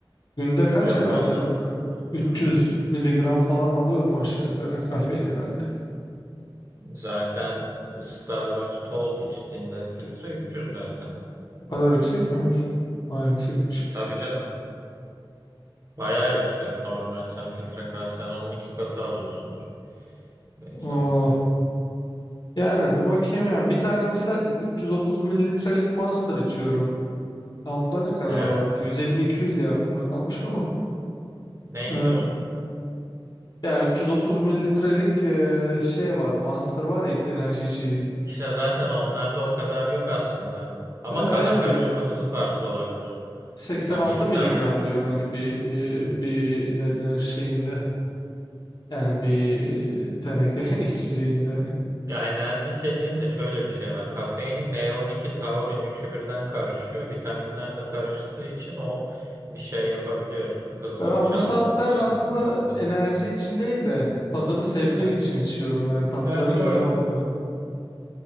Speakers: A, on the left; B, on the right.
A: günde kaç
B: Japonlar
A: herhalde e, 300
B: evet,
A: miligram falan alıyorum aşağı yukarı kafein herhalde.
B: zaten e, Starbucks tall içtiğinde filtre 300 zaten.
A: O kadar yüksek mi? Bayağı yüksekmiş.
B: Tabii canım. Bayağı yüksek. Normal sen filtre kahvesen onun iki katı alıyorsundur. Bekle
A: O
B: bakalım.
A: Yani dur bakayım ya. Bir tane misal 330 mililitrelik Monster içiyorum. Ya onda ne kadar
B: Evet.
A: vardı? 150-200 diye aklımda kalmış ama.
B: Ne
A: e,
B: içiyorsun?
A: ya 330 mililitrelik e, şey var. Monster var ya enerji içeceği.
B: İşte zaten onlarda o kadar yok aslında. Ama
A: E, evet
B: kana karışma
A: diyor.
B: hızı farklı olabilir.
A: 86
B: Yani bir tane
A: miligram diyor.
B: evet.
A: Hani bir
B: evet.
A: e, bir ne denir şeyinde. Yani bir teneke <laughs> içeceğinde hani.
B: Ya enerji içeceğin de şöyle bir şey var. Kafein, B12, taurin üçü birden karışıyor. Vitaminler de karıştığı için o bir şey yapabiliyor. Hızlı
A: E, Ben
B: bir çarpıntı
A: bu saatten aslında
B: yapabilme
A: enerji
B: durumu var.
A: için değil de tadını sevdiğim
B: Evet,
A: için içiyorum. Yani tatları
B: evet doğru.
A: güzel oluyor.